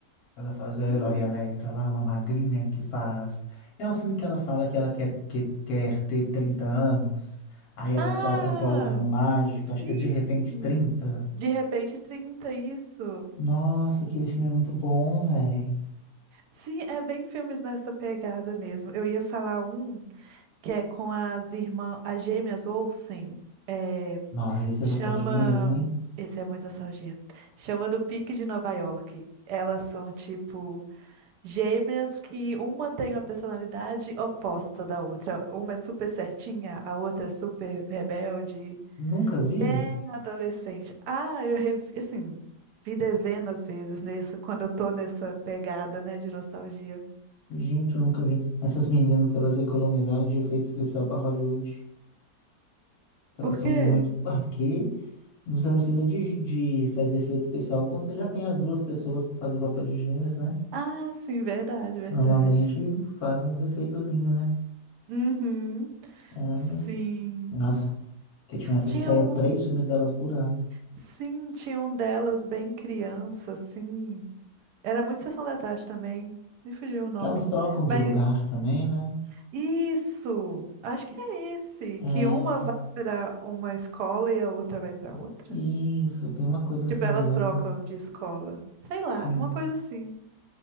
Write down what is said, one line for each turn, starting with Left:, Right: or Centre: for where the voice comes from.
Left: Ela faz a
Right: Hum,
Left: herói Electra lá, uma magrinha que faz. É um filme que ela fala que ela quer, que, quer ter 30 anos. Aí ela
Right: ah,
Left: sopra um pozinho mágico,
Right: sim,
Left: acho que é de repente trinta
Right: De Repente trinta isso.
Left: Nossa, aquele filme é muito bom, velho.
Right: Sim, é bem filmes nessa pegada mesmo. Eu ia falar um que é com as irmãs, as gêmeas Olsen. é,
Left: Nossa, isso
Right: Chama.
Left: é nostalgia mesmo, hein?
Right: Esse é muito nostalgia. Chama do Pique de Nova York. Elas são tipo gêmeas que uma tem uma personalidade oposta da outra. Uma é super certinha, a outra é super rebelde,
Left: Nunca vi?
Right: bem adolescente. Ah, eu revi, assim, vi dezenas vezes nessa, quando eu tô nessa pegada, né, de nostalgia.
Left: Gente, eu nunca vi. Essas meninas que elas economizaram de efeito especial pra Hollywood. Elas
Right: Por
Left: são
Right: quê?
Left: muito. Ah, porque você não precisa de, de fazer efeito especial quando você já tem as duas pessoas pra fazer o papel de gêmeos, né?
Right: Ah, sim, verdade, verdade.
Left: Normalmente faz uns efeitozinho, né?
Right: Uhum.
Left: Elas.
Right: Sim.
Left: Nossa, que tinha uma época
Right: Tinha
Left: que saía
Right: um.
Left: três filmes delas por ano.
Right: Sim, tinha um delas bem criança, assim. Era muito Sessão da Tarde também. Me fugiu o nome.
Left: Que elas trocam
Right: Mas
Left: de lugar também, né?
Right: isso! Acho que é esse,
Left: É.
Right: que uma vai para uma escola e a outra vai para outra.
Left: Isso, tem uma coisa assim
Right: Tipo, elas
Left: mesmo.
Right: trocam de escola. Sei lá,
Left: Sim.
Right: uma coisa assim.